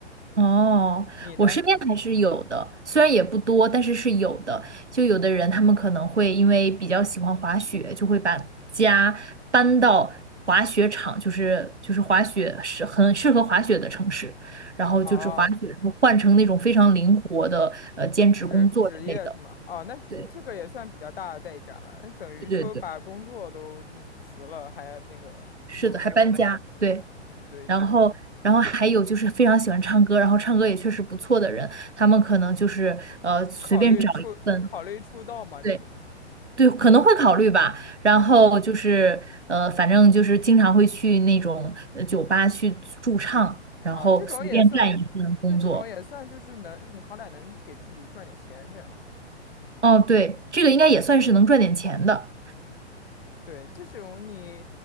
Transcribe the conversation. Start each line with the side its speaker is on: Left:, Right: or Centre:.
Right: 哦，
Left: 你呢？
Right: 我身边还是有的，虽然也不多，但是是有的。就有的人他们可能会因为比较喜欢滑雪，就会把家搬到滑雪场，就是就是滑雪是很适合滑雪的城市，然后就只滑雪，
Left: 啊，
Right: 然后换成那种非常灵活的呃兼职工作之类的。
Left: 职职业是吗？啊，那这这个也算比较大的代价了，
Right: 对
Left: 那等于说把工作都就是辞了，
Right: 对对对，
Left: 还要那个又那个，
Right: 是的，还搬家。对，
Left: 嗯嗯，对，
Right: 然后然后还有就是非常喜欢唱歌，
Left: 是
Right: 然后唱歌也确实不错的人，他们可能就是呃随便找一份。
Left: 考虑出考虑出道嘛这种。
Right: 对。对，可能会考虑吧。然后就是，呃，反正就是经常会去那种呃酒吧去驻唱，然后随便干一份工作。
Left: 啊，这种也算，对，这种也算，就是能，你好歹能给自己赚点钱，这样。
Right: 哦，对，这个应该也算是能赚点钱的。
Left: 对，这种你，